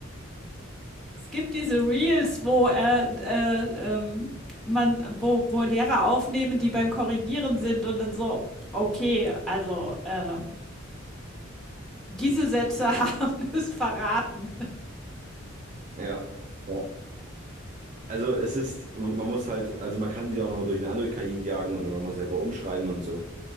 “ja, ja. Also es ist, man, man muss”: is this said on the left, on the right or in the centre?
Right